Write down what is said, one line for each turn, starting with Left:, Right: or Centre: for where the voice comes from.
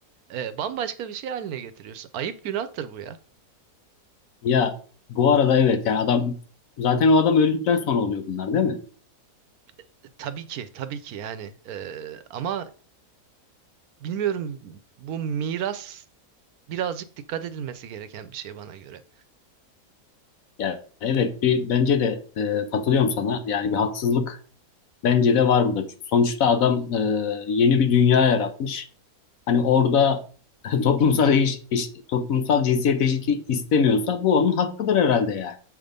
Right: e, bambaşka bir şey haline getiriyorsun. Ayıp günahtır bu ya.
Left: Ya bu arada evet yani adam zaten o adam öldükten sonra oluyor bunlar değil mi?
Right: E, tabii ki tabii ki yani. E, ama bilmiyorum bu miras birazcık dikkat edilmesi gereken bir şey bana göre.
Left: Yani evet bir bence de e, katılıyorum sana. Yani bir haksızlık bence de var burada. Çünkü sonuçta adam e, yeni bir dünya yaratmış. Hani orada <laughs> toplumsal eş, eş- toplumsal cinsiyet eşitliği istemiyorsa bu onun hakkıdır herhalde yani.